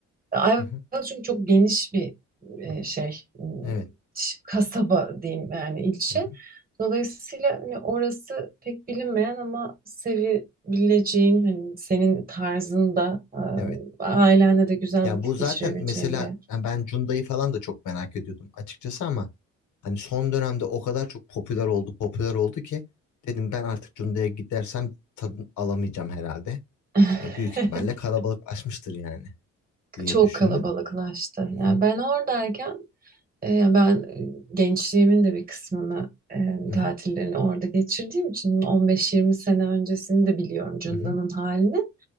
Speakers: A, on the right; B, on the left.
A: Ayvalık
B: Hı hı.
A: çünkü çok geniş bir e, şey m,
B: Evet.
A: ş- kasaba diyeyim yani ilçe.
B: Hı hı.
A: Dolayısıyla hani orası pek bilinmeyen ama sevebileceğin hani senin tarzında e,
B: Evet.
A: ailenle de güzel
B: Ya
A: vakit
B: bu zaten
A: geçirebileceğin
B: mesela
A: bir yer.
B: yani ben Cunda'yı falan da çok merak ediyordum açıkçası ama hani son dönemde o kadar çok popüler oldu, popüler oldu ki dedim ben artık Cunda'ya gidersem tadını alamayacağım herhalde.
A: <laughs>
B: Yani büyük ihtimalle kalabalıklaşmıştır yani diye
A: Çok
B: düşündüm.
A: kalabalıklaştı.
B: Hı hı.
A: Yani ben oradayken e, ben e, gençliğimin de bir kısmını e,
B: Hı
A: tatillerini
B: hı.
A: orada geçirdiğim için 15-20 sene öncesini de biliyorum Cunda'nın
B: Hı hı.
A: halini.